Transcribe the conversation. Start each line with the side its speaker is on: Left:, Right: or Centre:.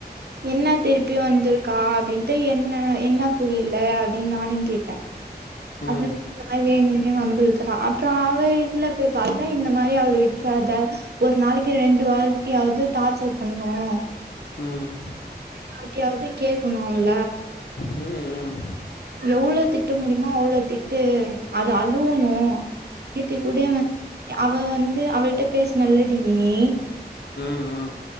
Right: என்ன திருப்பி வந்திருக்கா அப்டின்னுட்டு என்ன என்ன புரியல அப் படின்னு நானு கேட்ட
Left: ம்
Right: அப்புற
Left: ம்
Right: <unintelligible> வம்பிளுக்கற அப் ட்ராவையிதுல போய் பாத்தா இந்த மாரி அவள விட்டுறாத ஒரு நாளைக்கு ரெண்டு வாட்டியாவது டார்ச்சல் பண்ணனு
Left: ம்
Right: யார்ட்டியாவது கேக்கணு அவள
Left: ம் ம்
Right: எவ்ளோ திட்ட முடியுமோ அவ்ளோ திட்டு அது அழுவணு நேத்தி கூட இவ அவ வந்து அவள்ட்ட பேசுனல்லடி நீ
Left: ம் ம் ம்